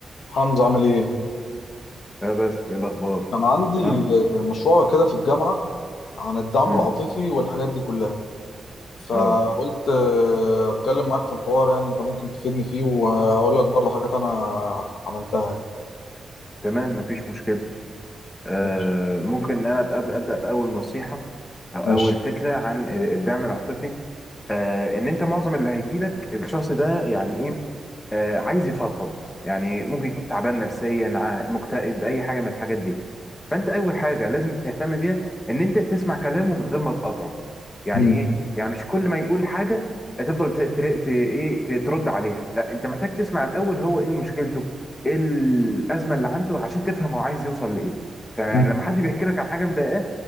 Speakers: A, on the left; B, on the left.
A: حمزة عامل ايه؟
B: اه بس ايه الاخبار
A: كان عندي
B: كله تمام
A: مشروع كده في الجامعة عن الدعم
B: امم
A: العاطفي والحاجات دي كلها فقلت
B: اه
A: آه، اتكلم معاك في الحوار يعني انت ممكن تفيدني فيه وهقول لك برضه حاجات انا عملتها يعني
B: تمام مفيش مشكله آه
A: ماشي
B: ممكن ان انا ابقى ابدا باول نصيحه او اول
A: ماشي
B: فكره عن الدعم العاطفي آه ان انت معظم اللي هيجي لك الشخص ده يعني ايه آه، عايز يفضفض يعني ممكن يكون تعبان نفسيا ع- مكتئب اي حاجه من الحاجات دي فانت اول حاجه لازم تهتم بيها ان انت تسمع كلامه من غير ما تقاطعه يعني
A: مم.
B: ايه يعني مش كل ما يقول حاجه تفضل ت... ت... ت... ايه ت... ترد عليها لا انت محتاج تسمع الاول هو ايه مشكلته ايه الازمه اللي عنده عشان تفهم هو عايز يوصل لايه يعني
A: مم.
B: لما حد بيحكي لك عن حاجه مضايقاه